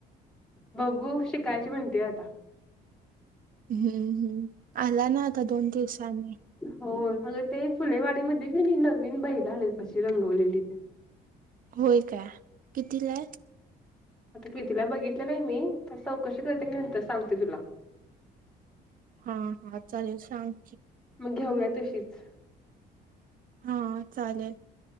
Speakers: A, in the centre; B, on the right.
A: बघू, शिकायची म्हणतेय आता.
B: हम्म, हम्म, आला ना आता दोन दिवसांनी,
A: होय अगं ते फुलेवाडी मध्ये के नै नवीन बैल आल्याय बग रंगवलेली.
B: होय का? कितीला आय?
A: मी तिला बघितलेलं के नै त्या चौकशी करते की नंतर सांगते तुलाऽ
B: हा हा, चालेल सांग.
A: घेऊया तशीच,
B: हा चालेल,,